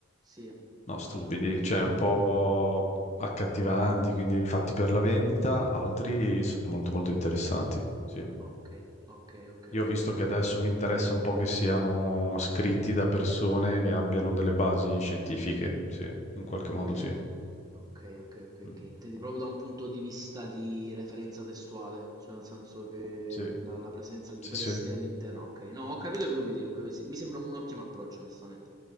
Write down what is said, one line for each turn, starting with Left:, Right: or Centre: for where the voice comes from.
Right: Sì.
Left: No, stupidi, cioè un po' accattivanti, quindi fatti per la vendita, altri sono molto molto interessanti, sì.
Right: Okay, okay, okay,
Left: Io
Right: okay,
Left: ho visto
Right: okay.
Left: che adesso mi interessa un po' che siano scritti da persone che abbiano delle basi scientifiche, sì, in qualche
Right: Okay,
Left: modo sì.
Right: okay, okay, okay,
Left: Mm.
Right: okay. Intendi proprio da un punto di vista di referenza testuale, cioè nel senso che
Left: Sì,
Right: la la presenza di
Left: sì,
Right: testi
Left: sì. Eh,
Right: all'interno okay, no, ho capito che vuoi dire, ho capi sì, mi sembra un ottimo approccio onestamente.